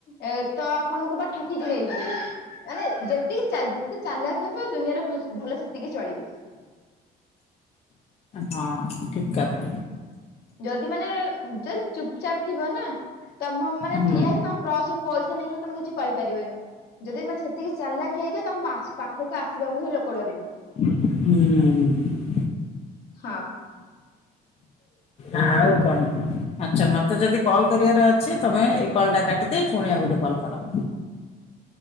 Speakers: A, on the left; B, on the left.
A: ଏ ତ ଆପଣଙ୍କୁ ବା ଠକିକି ନେଇଯିବେ। ମାନେ ଯେତିକି ଚା ଯେତେ ଚାଲାଖୀ ହେବେ ଏ ଦୁନିଆରେ ଭଲ-ଭଲ ସେତିକି ଚଳିବେ।
B: ହଁ ଠିକ୍ କଥା।
A: ଯଦି ମାନେ ଜଦି ଚୁପଚାପ୍ ଥିବନା ତମ ମାନେ
B: ହୁଁ
A: ଠିଆ ହେଇଥିବ ତମ ପ୍ରସରୁ ପଇସା ନେଇଗଲେ ତମେ କିଛି କହିପାରିବନି। ଯଦି ମାନେ ସେତିକି ଚାଲାକିି ହେଇଥିବ ତମ ପାଖକୁ ଆସିବାକୁ ହିଁ ଲୋକ ଡରିବେ।
B: ହୁଁ।
A: ହଁ।
B: ଆଉ କଣ ଆଚ୍ଛା ମତେ ଯଦି କଲ୍ କରିବାର ଅଛି ତମେ ଏଇ କଲ୍ ଟା କାଟିଦେଇ ଫୁଣି ଆଉ ଗୋଟେ କଲ୍ କର।